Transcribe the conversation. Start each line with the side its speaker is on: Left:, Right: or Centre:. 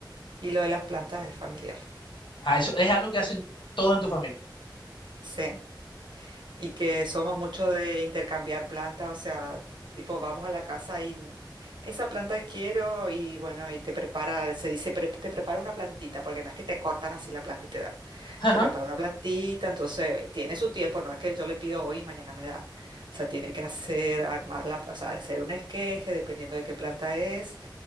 Right: Y lo de las plantas es familiar.
Left: Ah, eso es algo que hacen todos en tu familia.
Right: Sí. Y que somos mucho de intercambiar plantas, o sea, tipo, vamos a la casa y mm, esa planta quiero y bueno, y te prepara, se dice, "Pre- te prepara una plantita, porque no es que te cortan así la planta y te dan,
Left: Ajá.
Right: te prepara una plantita, entonces tiene su tiempo, no es que yo le pido hoy y mañana me dan, o sea, tiene que hacer, armarla, o sea, hacer un esqueje, dependiendo de qué planta es,